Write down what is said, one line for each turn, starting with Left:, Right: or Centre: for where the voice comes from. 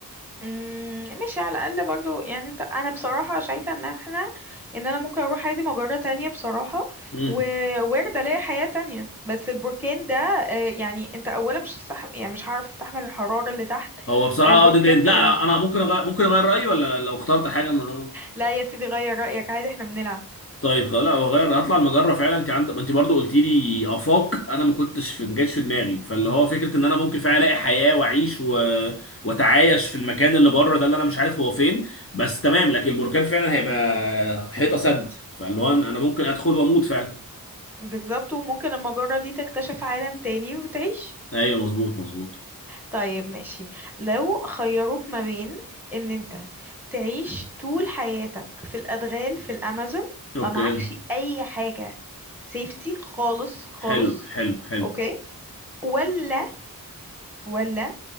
Centre: مم، ماشي على الاقل برضو يعني انت انا بصراحة شايفة ان احنا ان انا ممكن اروح عادي مجرة تانية بصراحة
Left: امم
Centre: ووارد الاقي حياة تانية بس البركان ده آه، يعني انت اولا مش هتستح... يعني مش هعرف استحمل الحرارة اللي تحت
Left: هو بصراحه
Centre: البركان
Left: اه ديد اند لا
Centre: م... م-
Left: انا ممكن أغير... ممكن اغير رايي ولا لو اخترت حاجه من
Centre: لا يا سيدي غير رأيك عادي احنا بنلعب
Left: طيب خلاص لا هغير هطلع المجره فعلا انت عندك ما انت برضو قلت لي افاق انا ما كنتش في ما جاتش في دماغي فاللي هو فكره ان انا ممكن فعلا الاقي حياه واعيش و... واتعايش في المكان اللي بره ده اللي انا مش عارف هو فين بس تمام لكن البركان فعلا هيبقى حيطه سد فاللي هو انا ممكن ادخل واموت فعلا
Centre: بالظبط وممكن المجرة دي تكتشف عالم تاني وتعيش
Left: ايوه مظبوط مظبوط
Centre: طيب ماشي لو خيروك ما بين ان انت تعيش طول حياتك في الادغال في الامازون
Left: اوكي
Centre: ما معكش اي حاجة سيفتي خالص خالص
Left: حلو حلو حلو
Centre: اوكي ولا ولا